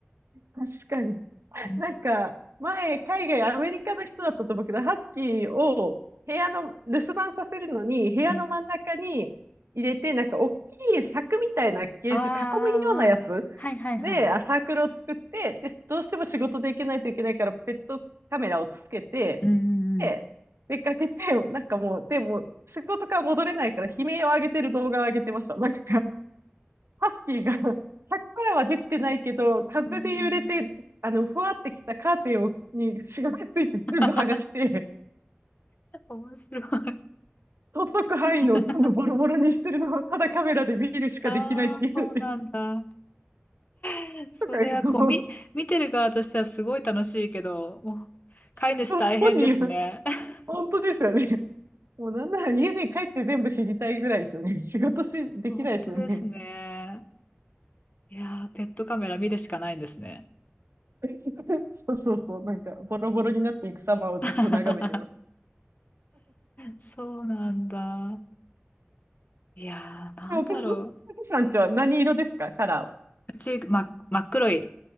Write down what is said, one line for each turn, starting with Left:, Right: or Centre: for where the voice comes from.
Right: 確かに。
Left: うん
Right: なんか、前、海外、アメリカの人だったと思うけど、ハスキーを部屋の、留守番させるのに、部屋の真ん中に入れて、
Left: うん
Right: なんか、大きい柵みたいなケージ、
Left: あーあー、
Right: 囲むようなやつ
Left: あーはいはいはい。
Right: で、あサークルを作って、で、どうしても仕事で行けないといけないから、ペットカメラをつけて、
Left: うんうん
Right: で、出かけて、なんかもう、でも、仕事から戻れないから、悲鳴を上げてる動画を上げてました。なんか
Left: うん。
Right: ハスキーが <laughs> 柵からは出てないけど、風で揺れて、
Left: うんうん
Right: あの、ふわってきたカーテンをにしがみついて全部剥がして、
Left: <laughs> 面白い。
Right: 届く範囲のを全部ボロボロにしてるのを、
Left: <laughs>
Right: ただカメラで見るしかできないっていうので、
Left: ああ、そうなんだ。<laughs> それはこう、
Right: とかいうのを、
Left: み、見てる側としてはすごい楽しいけど、もう飼い主大変ですね。
Right: そう本人は、
Left: <laughs>
Right: 本当ですよね。もうなんなら家に帰って全部知りたいぐらいですよね。仕事し、できないですよね。
Left: 本当ですね。いやー、ペットカメラ見るしかないんですね。
Right: <laughs> そうそうそう、なんか、ボロボロになっていく様をずっと眺めてまし
Left: <laughs> そうなんだ。いやー、なんだろ
Right: た。でも、お客さんちは何色ですかカラーは。
Left: う。うち、ま、真っ黒い